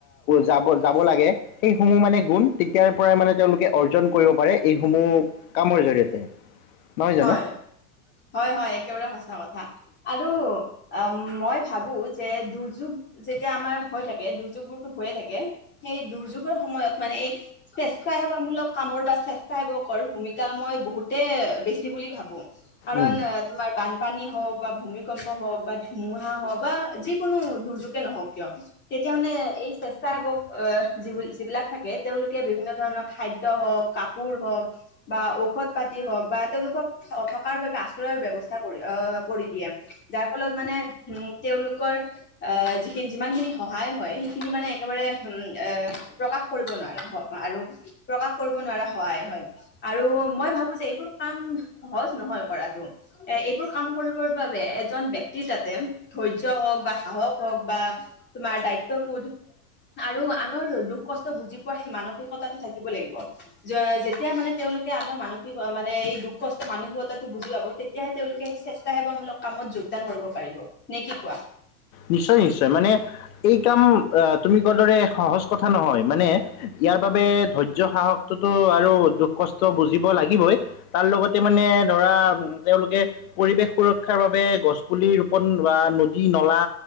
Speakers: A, on the left; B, on the left.
A: যাব- যাব লাগে। সেইসমূহ মানে গুণ তেতিয়াৰ পৰাই মানে তেওঁলোকে অৰ্জন কৰিব পাৰে। এইসমূহ কামৰ জৰিয়তে। নহয় জানো?
B: হয়- হয়- হয়, একেবাৰে সঁচা কথা। আৰু অ, মই ভাবোঁ, যে দুৰ্যোগ যেতিয়া আমাৰ হৈ থাকে, দুৰ্যোগবোৰটো হৈয়ে থাকে। সেই দুৰ্যোগৰ সময়ত মানে, এই স্বেচ্ছাসেৱামূলক কামৰ বা স্বেচ্ছাসেৱকৰ ভূমিকা মই বহুতে, বেছি বুলি ভাবোঁ, কাৰণ
A: উম
B: তোমাৰ বানপানী হওঁক বা ভূমিকম্প হওঁক বা ধুমুহা হওঁক বা যিকোনো দুৰ্যোগে নহওঁক কিয়, তেতিয়া মানে এই স্বেচ্ছাসেৱক আহ, যি- যিবিলাক থাকে। তেওঁলোকে বিভিন্ন ধৰণৰ খাদ্য হওঁক কাপোৰ হওঁক বা ঔষধ পাতি হওঁক বা তেওঁলোকক থকাৰ বাবে অশ্ৰয়ৰ ব্যৱস্থা কৰি আহ, কৰি দিয়ে। যাৰ ফলত মানে উম, তেওঁলোকৰ আহ, যিখিনি, যিমান খিনি সহায় হয়, সেইখিনি মানে একেবাৰে এ উম, প্ৰকাশ কৰিব নোৱাৰাৰে। আৰু প্ৰকাশ কৰিব নোৱাৰা হয়- হয়, আৰু মই ভাবোঁ যে এইবোৰ সহজ নহয় কৰাটো। এ এইবোৰ কাম কৰিবৰ বাবে এজন ব্যক্তি তাতে ধৈৰ্য হওঁক বা সাহস হওঁক বা তোমাৰ দায়িত্ববোধ আৰু আনৰ দুখ কষ্ট বুজি পোৱা, সেই মানসিকতাটো থাকিব লাগিব। যেতিয়া মানে তেওঁলোকে আনৰ মানসিক মানে এই দুখ কষ্ট মানসিকতাটো বুজি পাব তেতিয়াহে তেওঁলোকেই স্বেসাসেৱামূলক কামত যোগদান কৰিব পাৰিব। নে কি কোৱা?
A: নিশ্চয় নিশ্চয় মানে এই কাম অ', তুমি কোৱা দৰে সহজ কথা নহয় মানে ইয়াৰ বাবে ধৈৰ্য্য সাহস টোতো আৰু দুখ কষ্ট বুজিব লাগিবই তাৰ লগতে মানে ধৰা তেওঁলোকে পৰিৱেশ সুৰক্ষাৰ বাবে গছপুলি ৰোপণ বা নদী নলা